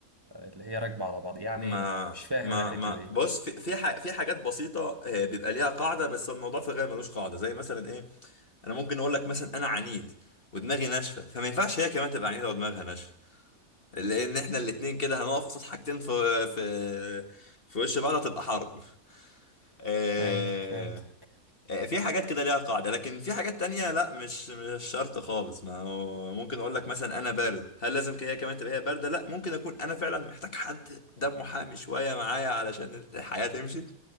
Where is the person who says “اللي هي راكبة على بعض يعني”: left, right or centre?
Right